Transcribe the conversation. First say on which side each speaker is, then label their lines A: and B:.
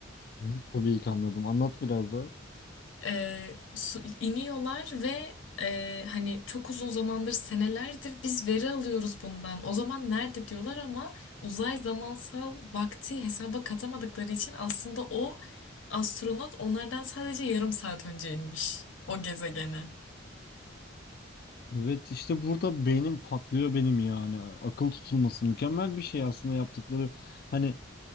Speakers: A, on the left; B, on the left.
A: Bunu Tabii ki anladım. Anlat biraz daha.
B: e, su- iniyorlar ve e, hani çok uzun zamandır senelerdir biz veri alıyoruz bundan. O zaman nerede diyorlar ama uzay zamansal vakti hesaba katamadıkları için aslında o astronot onlardan sadece yarım saat önce inmiş o gezegene.
A: Evet işte burada beynim patlıyor benim yani. Akıl tutulması mükemmel bir şey aslında yaptıkları. Hani